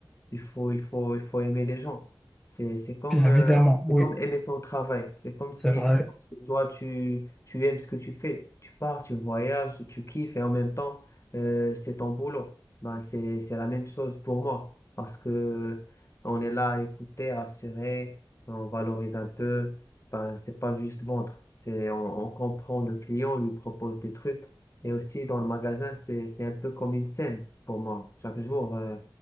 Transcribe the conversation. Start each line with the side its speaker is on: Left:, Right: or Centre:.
Left: il faut, il faut, il faut aimer les gens. C'est, c'est comme,
Centre: Bien
Left: euh,
Centre: évidemment, oui,
Left: c'est comme aimer son travail. C'est comme
Centre: c'est
Left: si
Centre: vrai.
Left: parce que toi, tu, tu aimes ce que tu fais. Tu pars, tu voyages, tu kiffes et en même temps, euh, c'est ton boulot. Ben, c'est, c'est la même chose pour moi parce que on est là à écouter, rassurer, on valorise un peu. Ben, c'est pas juste vendre. C'est, on, on comprend le client, on lui propose des trucs. Et aussi dans le magasin, c'est, c'est un peu comme une scène pour moi. Chaque jour, euh,